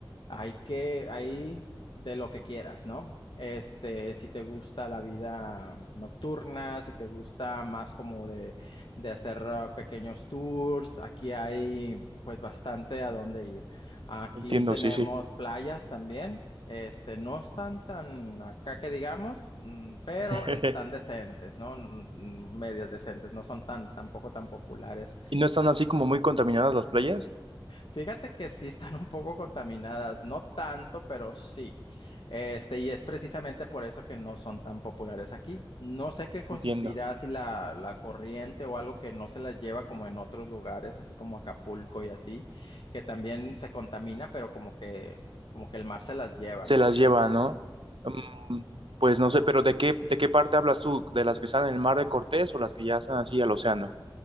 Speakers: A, on the left (about 70°); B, on the right (about 85°).
A: hay que, hay de lo que quieras, ¿no? Este, si te gusta la vida nocturna, si te gusta más como de, de hacer ah, pequeños tours, aquí hay pues bastante a dónde ir. Aquí
B: Entiendo,
A: tenemos
B: sí, sí.
A: playas también. Este, no están tan acá que digamos, mm, pero
B: <laughs>
A: están decentes, ¿no? Mm, mm, Medias decentes, no son tan, tampoco tan populares.
B: ¿Y no están así como muy contaminadas las playas?
A: Fíjate que sí están un poco contaminadas, no tanto, pero sí. Este, y es precisamente por eso que no son tan populares aquí. No sé qué consistirá
B: Entiendo.
A: si la, la corriente o algo que no se la lleva como en otros lugares, así como Acapulco y así, que también se contamina, pero como que, como que el mar se las lleva,
B: Se
A: ¿no?
B: las
A: Ya,
B: lleva, ¿no? Mm, pues no sé, pero ¿de qué, de qué parte hablas tú? ¿De las que están en el mar de Cortés o las que ya están así al océano?